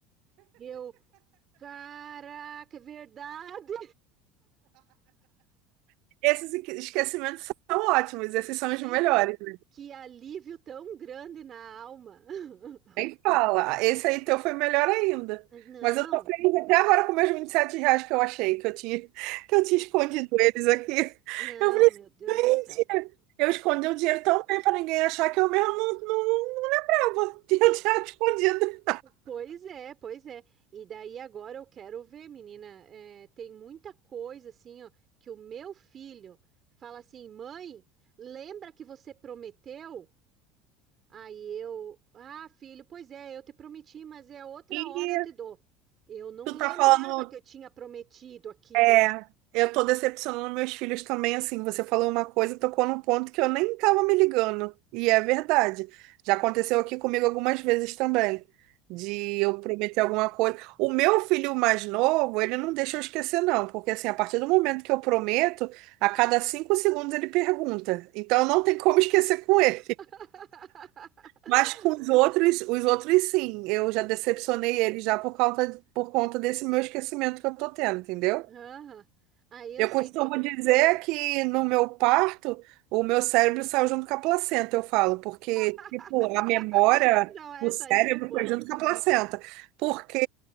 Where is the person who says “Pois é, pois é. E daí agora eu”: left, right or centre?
Right